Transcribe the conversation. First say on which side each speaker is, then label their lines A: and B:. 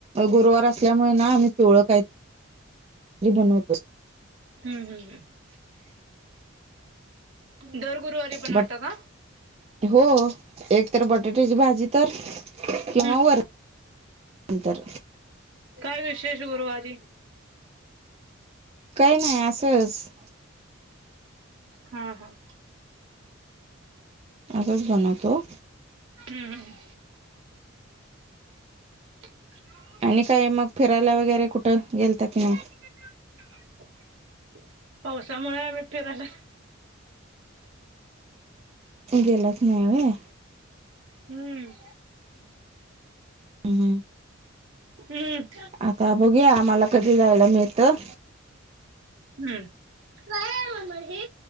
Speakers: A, on the right (about 30°); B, on the right (about 65°).
A: गुरुवार असल्यामुळे ना आम्ही पिवळं काहीतरी बनवतो.
B: हम्म हम्म हम्म, ‌दर गुरुवारी बनवता
A: बट,
B: का?
A: हो एक तर बटाट्याची भाजी तर किंवा
B: हम्म
A: वरण नंतर.
B: काय विशेष गुरुवारी? <inaudible>
A: काही नाही असंच
B: हां हां.
A: असच बनवतो?
B: हम्म. <inaudible>
A: आणि काय मग फिरायला वगैरे कुठं गेलता की नाही?
B: <inaudible> पावसामुळे आम्ही फिरायला
A: गेलासनाय व्हय?
B: हम्म.
A: हम्म
B: हम्म.
A: आता बघूया आम्हाला कधी जायला मिळतं.
B: हम्म. काय आहे मम्मा हे.